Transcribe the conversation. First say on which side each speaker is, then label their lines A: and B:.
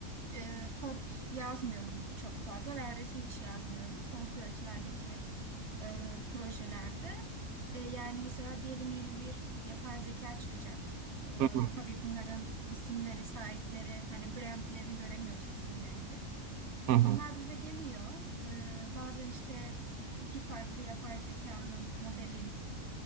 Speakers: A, on the right (about 45°); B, on the right (about 80°).
A: e, kod yazmıyorum çok fazla. Neredeyse hiç yazmıyorum. Son süreçlerdeki e, projelerde. E, yani mesela diyelim yeni bir yapay zeka çıkacak. E,
B: Hı hı
A: tabii bunların isimleri, sahipleri, hani brandlerini göremiyoruz isimlerini biz.
B: hı hı
A: Onlar bize geliyor. E, bazen işte iki farklı yapay zekanın, modelin